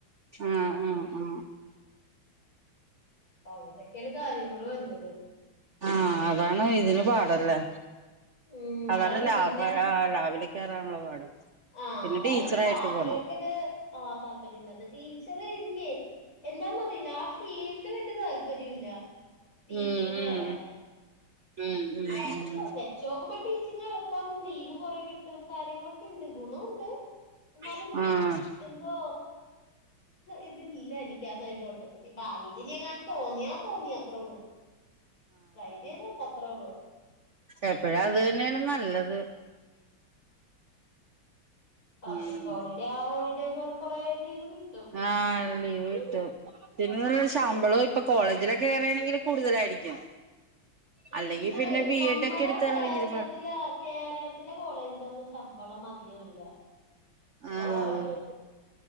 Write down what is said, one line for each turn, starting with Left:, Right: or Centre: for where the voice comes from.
Right: ആഹ ആ
Left: അങ്ങനെയൊക്കെയാണ് കാര്യങ്ങൾ വരണത്
Right: ആ അതാണ് ഇതിന് പാടല്ലേ
Left: ഉം
Right: അതാണ് ലാഭ
Left: പിന്നെ
Right: കറാനുള്ള പാട്
Left: ആഹ
Right: പിന്നെ
Left: അതാണ്
Right: ടീച്ചറായിട്ട്
Left: എനിക്ക് ലാബിലോട്ട്
Right: പോണം
Left: ആ് താല്പര്യമില്ല അത് ടീച്ചറ് എനിക്ക് എന്താന്നറിയില്ല ഫീൽഡ് വലിയ താല്പര്യംല്ല ടീച്ചിങ്ന്ന്
Right: ഉം ഉം
Left: പറയാൻ
Right: ഉം ഉം
Left: വെച്ച നോക്കുമ്പോ ടീച്ചിങ്ങ എളപ്പം ലീവ് കുറ കിട്ടും കാര്യങ്ങളും ഗുണം ഉണ്ട് എന്നാലും
Right: ഉം ആഹ്
Left: എന്തോ ഇതില്ല എനിക്ക് തലോട്ടൊ ഭാവിൽ ഇനി യങ്ങാ തോന്നിയാ തോന്നിയ അത്രേ ഉള്ളൂ. ട്രൈ ചെയ്ത് നോക്ക അത്രേ ഉള്ളൂ
Right: ഏപ്പോഴും അത് തന്നെയാണ് നല്ലത്.
Left: പബ്ലിക്
Right: ഉം
Left: ഹോളിഡേ ആ ഹോളിഡേന്ന് പറ കൊറെ ലീവ് കിട്ടും.
Right: ആഹ് ലീവ് കിട്ടും. പിന്നെ ശമ്പളോം ഇപ്പൊ കോളേജിലൊക്കെ കേറേണെങ്കിൽ കൂടുതലായിരിക്കും. അല്ലെങ്കി
Left: ഇത്
Right: പിന്നെ ബി
Left: നമ്മടെ
Right: എഡ് ഒക്കെ എടുത്താൽ
Left: കേരളത്തില്
Right: ഭയങ്കര പാ
Left: കേരളത്തിലെ കോളേജിലൊന്നും ശമ്പളം അധികവുല്ല കൊറവാ
Right: ആഹ്
Left: ഭയങ്കര